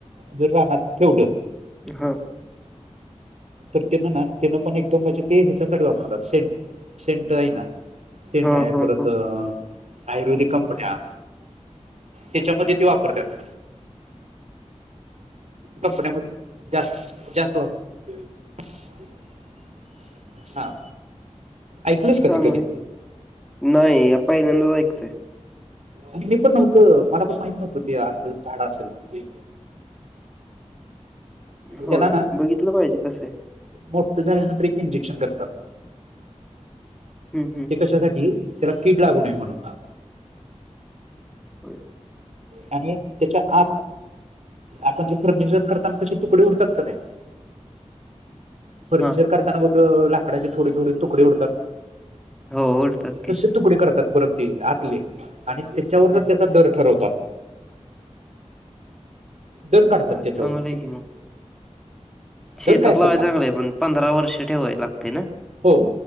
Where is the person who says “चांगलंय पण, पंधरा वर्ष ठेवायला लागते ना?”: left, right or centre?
Centre